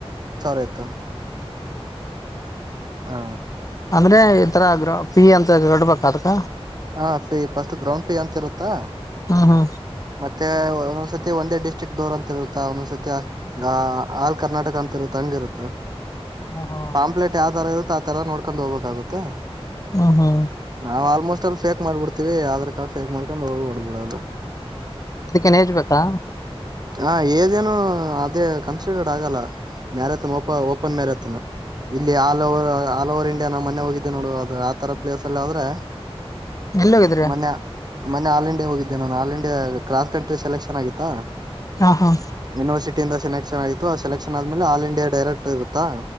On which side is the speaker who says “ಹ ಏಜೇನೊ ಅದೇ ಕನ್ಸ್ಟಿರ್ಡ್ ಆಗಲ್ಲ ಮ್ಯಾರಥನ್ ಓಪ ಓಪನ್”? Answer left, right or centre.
Right